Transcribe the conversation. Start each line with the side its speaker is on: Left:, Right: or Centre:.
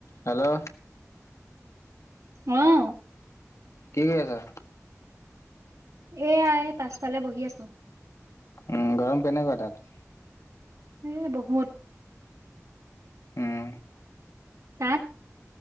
Left: Hello!
Right: অ'
Left: কি কৰি আছা?
Right: এয়া এ পাছফালে বহি আছো।
Left: উম, গৰম কেনেকুৱা তাত?
Right: এ বহুত।
Left: উম
Right: তাত?